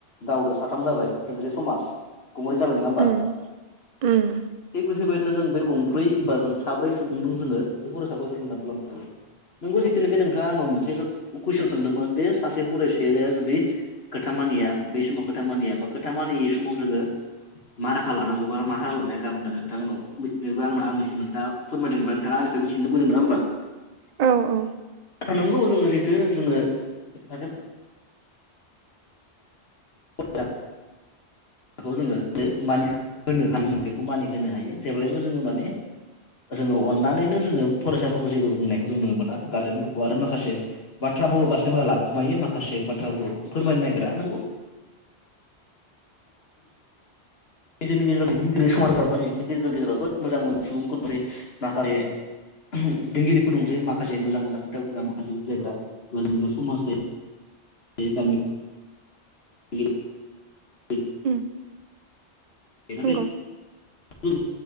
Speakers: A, on the left; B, on the right.
A: गावजों साथाम जाबाय एसे समाज गंग्रै जाबाय नङा होमबा?
B: उम उम
A: थिग बेफोरबायदिनो जों बै गंब्रै एबा जों साब्रै सुबुंजों जोङो बे फरायसाखौ जों मोजां खालामनो हायो। नोङो जिथुनाखि नोंथाङा आंनाव मोनसे कुइसन सोंदोंमोन दि सासे फरायसाया जुदि खोथा मानिया बै समाव खोथा मानिया बा खोथा मानियै समाव जोङो मा राहा लानांगौबा मा राहा लानाया गाबोन दा नोंथां उनाव मिथिनोबो आं आंनिसिम नोंथां फोरमायदोंबा नोंथांनिखौ मिथिनो लुबैदों नङा होनबा?
B: औ औ
A: नोंगौ जोङो जिथु जोङो <inaudible> <unintelligible> बेखौ जोङो मानि होनो हालिनो बेखौ मानि होनोनो हायो जेब्लायबो जोङो माने जोङो अननानैनो जोङो फरायसाफोरखौ जेबो बुंनायखौ जों नुनो मोना गारजेनफोरखौ आरो माखासे बाथ्राफोरखौ गारजेनफोरा लाखुमायो माखासे बाथ्राफोरखौ फोरमायनो नागिरा नोंगौ जोंनि गेजेराव दैदेनगिरि समाजाव गेजेर गेजेराव जोबोद मोजां मोन सुबुं <unintelligible> माखासे दैदेनगिरिफोर दंसै माखासे मोजां मोजां खोथा बुंग्रा माखासे बुजायग्रा बर'समाजनि <inaudible> <inaudible>
B: ओम
A: <unintelligible>
B: <unintelligible>
A: जों